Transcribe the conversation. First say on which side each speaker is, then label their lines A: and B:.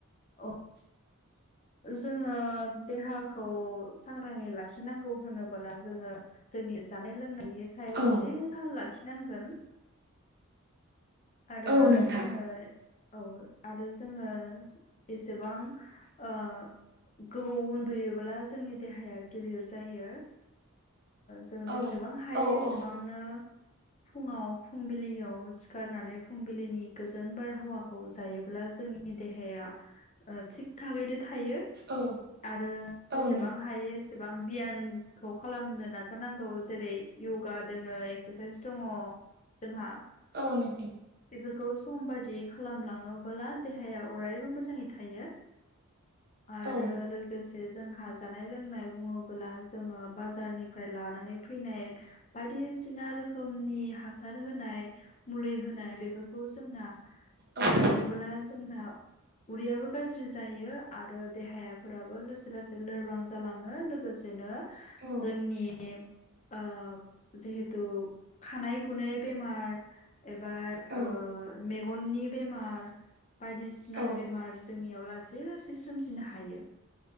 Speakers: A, on the left; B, on the right.
A: औ
B: <inaudible>
A: जोङो देहाखौ सांग्राङै लाखिनांगौ होनबोला जोङो। जोंनि जानाय लोंनायनि सायाव
B: औ
A: एसे थाल लाखिनांगोन। आरो
B: औ नोंथां
A: जोङो औ आरो जोङो। एसेबां ओ। गोबाव उन्दुयोब्ला जोंनि देहाया गिलिर जायो। जों
B: औ
A: जेसेबां हायो
B: औ
A: एसेबांनो
B: औ
A: फुङाव फुंबिलियाव सिखार। होननानै फुंबिलिनि गोजोन बारहावाखौ जायोब्ला जोंनि देहाया। ओ थिग थागैनो थायो
B: औ
A: आरो जेसेबां
B: औ नों
A: हायोे बां बियानखौ खालामनो नाजानांगौ जेरै य'गा दङो एक्सारसाइस दङ। जोंहा।
B: औ नोंगो।
A: बेफोरखौ सम बायदि खालामलाङोबोला देहाया अरायबो मोजाङै थायो। आरो
B: औ
A: लोग गोसे जोंहा जानाय लोंनाय बुङोबोला जोङो बाजारनिफ्राय लानानै फैनाय। बायदिसिना रोखोमनि हासार होनाय मुलै। होना बेफोरखौ जोंना
B: औ
A: जायोबोला। जोंना उदैयाबो गाज्रि जायो आरो देहायाफोराबो लोस लासै लोरबां जालाङो लोगोसेनो
B: औ
A: जोंनि। ओ जिहेथु खानाय गुनाय बेमार। एबा
B: औ
A: ओ मेगननि बेमार बायदिसिना
B: औ
A: बेमार। जोंनियाव लासै लासै सोमजिनो हायो।